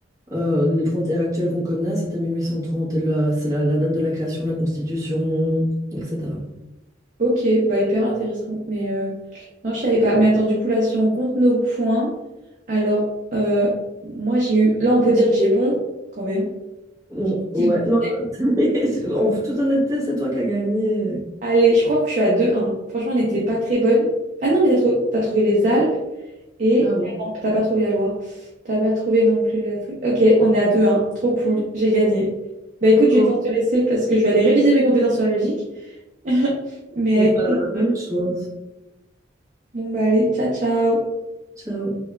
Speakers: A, on the right (about 20°); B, on the right (about 40°).
A: Euh, les frontières actuelles qu'on connaît, c'était 1830, et là, c'est la, la date de la création de la Constitution, etc.
B: Ok, bah hyper intéressant. Mais euh, non, je savais pas. Mais attends, du coup, là, si on compte nos points, alors euh, moi, j'ai eu. Là, on peut dire que j'ai bon, quand même.
A: Oh,
B: J'ai
A: ouais,
B: dit le bon.
A: non, <laughs> en toute honnêteté, c'est toi qui as gagné.
B: Allez, je crois que je suis à deux un Franchement, on n'était pas très bonne. Ah non, mais t'as trou- t'as trouvé les Alpes. Et
A: Ah oui,
B: ah non, t'as pas trouvé la Loire. T'as pas trouvé non plus la truc. Ok, on est à deux 1 Trop cool, j'ai gagné. Bah écoute, je
A: bon,
B: vais devoir te laisser parce que je vais aller réviser mes compétences sur la logique. <laughs> Mais
A: on
B: avec
A: peut faire
B: plaisir.
A: la même chose.
B: Bon bah allez, ciao ciao.
A: Ciao.